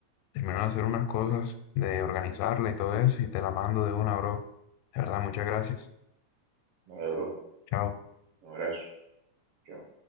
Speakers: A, on the left; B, on the right.
A: termino de hacer unas cosas, de organizarla y todo eso, y te la mando de una, bro. De verdad, muchas gracias.
B: Vale, bro,
A: Chao.
B: un abrazo, chao.